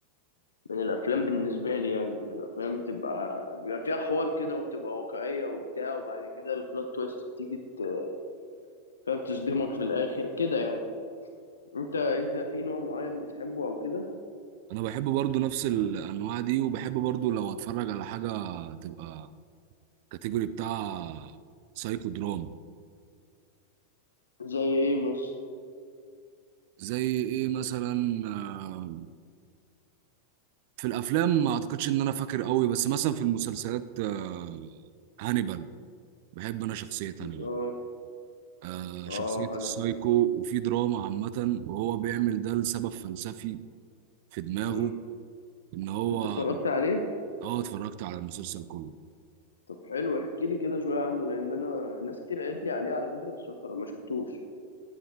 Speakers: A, on the left (about 70°); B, on the right (about 50°).
A: من الافلام بالنسبه لي يعني من الافلام بتبقى بيبقى فيها حوار كده وبتبقى واقعيه وبتاع وبعد كده البلوت تويست بتيجي ت- فاهم تصدمك في الاخر كده يعني انت انت في نوع معين بتحبه او كده
B: انا بحب برضو نفس الانواع دي وبحب برضو لو اتفرج على حاجه تبقى كاتيجوري بتاع سايكو دراما
A: زي ايه مثلا
B: زي ايه مثلا آه، في الافلام ما اعتقدش ان انا فاكر قوي بس مثلا في المسلسلات آه، هانيبال بحب انا شخصيه هانيبال
A: اه
B: آه
A: اه
B: شخصية
A: هانيبال
B: السايكو وفي دراما عامة وهو بيعمل ده لسبب فلسفي في دماغه
A: مم.
B: إن هو
A: انت اتفرجت عليه
B: أه اتفرجت على المسلسل كله
A: طب حلو احكي لي كده شويه عنه لان انا ناس كتير قالت لي عليه على فكره بس أنا ما شفتوش